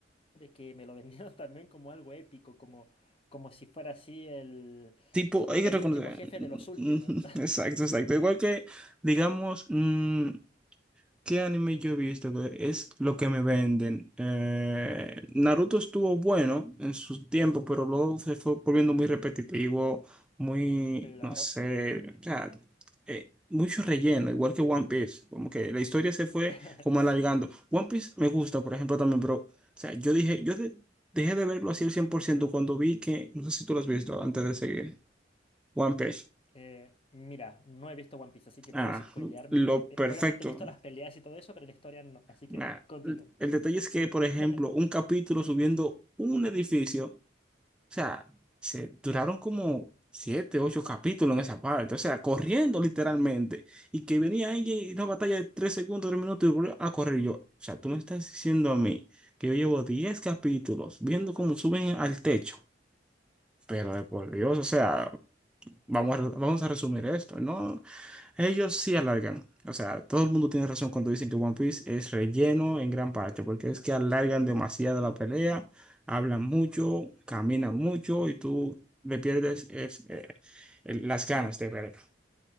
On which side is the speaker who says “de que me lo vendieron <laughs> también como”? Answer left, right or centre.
Left